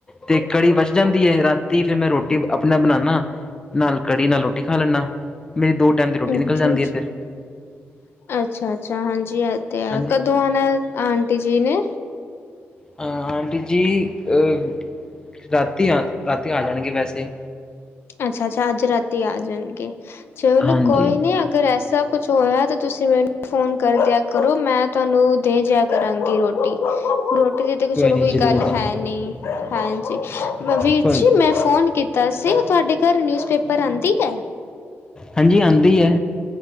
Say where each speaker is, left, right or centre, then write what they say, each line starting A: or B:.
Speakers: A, on the left; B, on the left.
A: ਤੇ ਕੜੀ ਬਚ ਜਾਂਦੀ ਹੈ ਰਾਤੀ ਫੇਿਰ ਮੈਂ ਰੋਟੀ ਆਪਣਾ ਬਣਾਉਣਾ ਨਾਲ ਕੜੀ ਨਾਲ ਰੋਟੀ ਖਾ ਲੈਣਾ ਮੇਰੀ ਦੋ ਟਾਈਮ ਦੀ ਰੋਟੀ
B: ਅੱਛਾ-ਅੱਛਾ-ਅੱਛਾ-ਅੱਛਾ
A: ਨਿਕਲ ਜਾਂਦੀ ਏ ਫਿਰ
B: ਹਾਂਜੀ ਤੇ ਆ
A: ਹਾਂਜੀ
B: ਕਦੋਂ ਆਉਣਾ ਆਂਟੀ ਜੀ ਨੇ
A: ਅ ਆਂਟੀ ਜੀ ਅ ਰਾਤੀ ਆ ਰਾਤੀ ਆ ਜਾਣਗੇ ਵੈਸੇ
B: ਅੱਛਾ-ਅੱਛਾ ਅਜ ਰਾਤੀ ਆਜਾਣਗੇ ਚਲੋ
A: ਹਾਂਜੀ
B: ਕੋਈ ਨੀ ਅਗਰ ਐਸਾ ਕੁਛ ਹੋਇਆ ਤੇ ਤੁਸੀਂ ਮੈਨੂੰ ਫੋਨ ਕਰ ਦਿਆ ਕਰੋ ਮੈਂ ਤੁਹਾਨੂੰ ਦੇ ਜਿਆ ਕਰਾਂਗੀ ਰੋਟੀ-ਰੋਟੀ ਦੀ ਦੇਖੋ ਚਲੋ
A: ਨੀ
B: ਕੋਈ
A: ਜ਼ਰੂਰ
B: ਗੱਲ ਹੈ
A: ਜੀ
B: ਨਹੀਂ ਹਾਂਜੀ ਵੀਰ
A: ਕੋਈ
B: ਜੀ ਮੈਂ ਫੋਨ ਕੀਤਾ ਸੀ ਤੁਹਾਡੇ ਘਰ ਨਿਊਜ਼ਪੇਪਰ ਆਂਦੀ ਹੈ
A: ਹਾਂਜੀ ਆਂਦੀ ਏ